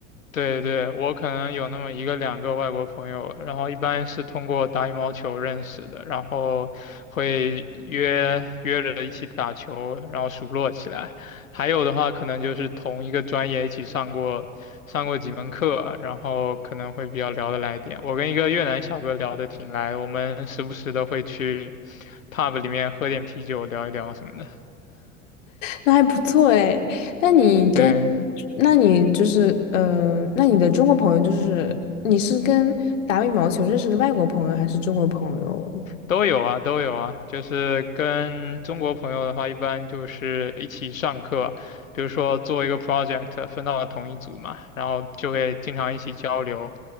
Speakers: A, on the left; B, on the left.
A: 对对，我可能有那么一个两个外国朋友，然后一般是通过打羽毛球认识的，然后会约约着一起打球，然后熟络起来。还有的话，可能就是同一个专业一起上过上过几门课，然后可能会比较聊得来一点。我跟一个越南小哥聊得挺来，我们时不时的会去 pub 里面喝点啤酒，聊一聊什么的。
B: 那还不错哎，那你跟，
A: 对，
B: 那你就是呃，那你的中国朋友就是你是跟打羽毛球认识的外国朋友还是中国朋友？
A: 都有啊，都有啊，就是跟中国朋友的话，一般就是一起上课，比如说做一个 project，分到了同一组嘛，然后就会经常一起交流。